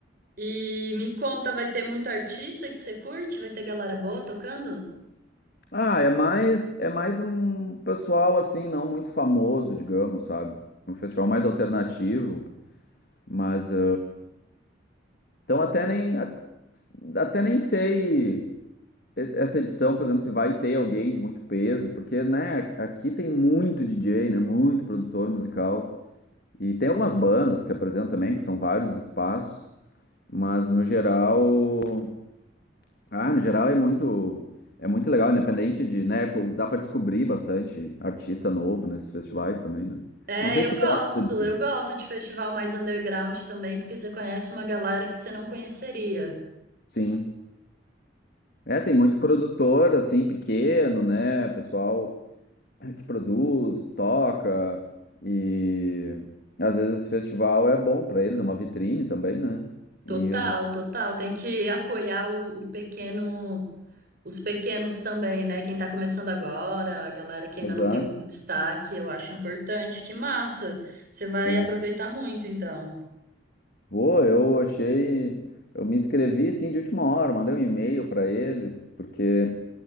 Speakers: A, on the right; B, on the left.
A: E me conta, vai ter muito artista que você curte? Vai ter galera boa tocando?
B: Ah, é mais é mais um pessoal assim, não muito famoso, digamos, sabe? Um festival mais alternativo, mas ah, então até nem a- até nem sei es- essa edição, por exemplo, se vai ter alguém de muito peso, porque né, a- aqui tem muito DJ, né, muito produtor musical e tem algumas bandas que apresentam também, que são vários espaços, mas no geral Ah, no geral é muito é muito legal, independente de, né, co- dá para descobrir bastante artista novo nesses festivais também, né?
A: É,
B: Não sei
A: eu
B: se
A: gosto,
B: tu gosta de
A: eu gosto de festival mais underground também, porque você conhece uma galera que você não conheceria.
B: Sim. É, tem muito produtor assim pequeno, né, pessoal que produz, toca e às vezes esse festival é bom para eles, é uma vitrine também, né?
A: Total,
B: E a gente
A: total. Tem que <laughs> apoiar o, o pequeno, os pequenos também, né? Quem tá começando agora, a galera que ainda
B: Exato.
A: não tem muito destaque, eu acho importante. Que massa! Você vai
B: Sim.
A: aproveitar muito, então.
B: Vou, eu achei, eu me inscrevi assim de última hora, mandei um e-mail para eles, porque